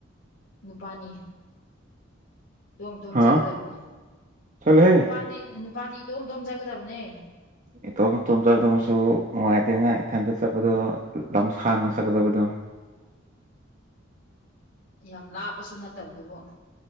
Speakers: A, on the left; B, on the right.
A: ꯅꯨꯄꯥꯅꯤ ꯇꯣꯝ ꯇꯣꯝ
B: ꯍꯥ
A: ꯆꯠꯀꯗꯕꯅꯦ
B: ꯆꯠꯂꯣꯍꯦ
A: ꯅꯨꯄꯥꯗꯤ ꯅꯨꯄꯥꯗꯤ ꯇꯣꯝ ꯇꯣꯝꯖꯒꯗꯕꯅꯦ
B: ꯏꯇꯣꯝ ꯏꯇꯣꯝ ꯆꯠꯀꯗꯕꯁꯨ ꯅꯨꯡꯉꯥꯏꯇꯦꯅ ꯏꯊꯟꯇ ꯆꯠꯄꯗꯣ ꯂꯝ ꯁꯥꯡꯅ ꯆꯠꯀꯗꯕꯗꯣ
A: ꯌꯥꯝ ꯂꯥꯞꯄꯁꯨ ꯅꯠꯇꯕꯗꯨꯕꯣ